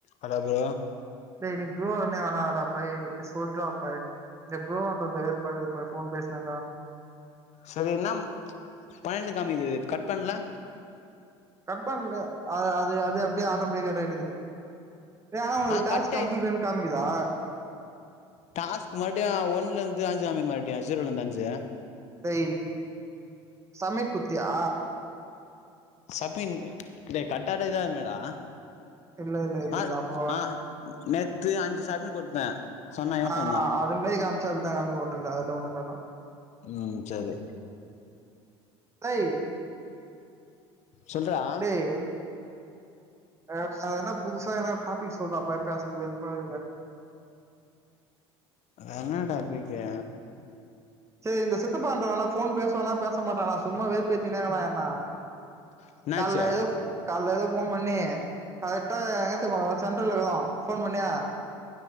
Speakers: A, on the left; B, on the right.
A: அதாவ்து
B: டே நீ ப்ரோ அண்ணே வேனா டா பழைய் சொல்ரா பழைய் இந்த ப்ரோன்றது பழைய ஃப போன் பேசுனான்டா
A: சரி என்னா பன்னெண்டு காமிக்குது கட் பண்ல
B: கட் பண்ல அ அது அது அப்டியே ஆட்டமெட்டிக்கா கட் ஆயிட்டு இருக்து டே ஆனா உனக்கு
A: ஆ
B: டாஸ்
A: கட்
B: கம்ப்ளீடட்னு
A: ஆயிடுச்சு
B: காமிக்குதா
A: டாஸ்க் மறுபடியு ஒன்லருந்து அஞ்சு காமிக் மறுபடியு ஜீரோல இருந்து அஞ்சு
B: டேய் சமிட் குத்தியா
A: சஃபீன் டே கட்டாட இதாவு மேடா
B: இல்ல இல்ல இது
A: ஆ
B: நா போ
A: ஆ நேத்து அஞ்சு சமிட் குடுத்தே சொன்னா இவ
B: ஆ
A: சொன்னா
B: அதுமாரி காமிச்சா அப்பித்தா காமிக் ஒன்னு இல்ல அதுல ஒன்னு காட்டோ
A: ம் சரி
B: ரை
A: சொல்றா
B: டேய் அ வேனா புதுசா எதன்னா டாபிக் சொல்றா பழைய் பேசுறதுக்கு வெறுப்பாகுது
A: என்ன டாபிக்கு
B: சரி இந்த சித்தப்பா என்ட்டனாடா போன் பேசுவானா பேச மாட்டானா சும்மாவே வெறுப்பேத்தினே இருக்றா என்ன
A: என்னாச்சு
B: கால்ல
A: ஆ
B: ஏதோ ஃப் கால்ல ஏதோ போன் பண்ணி கரெக்டா எங்க தெரிமா இருக்கோ சென்ட்ரல்ல இர்கோ ஃபோன் பண்ணிய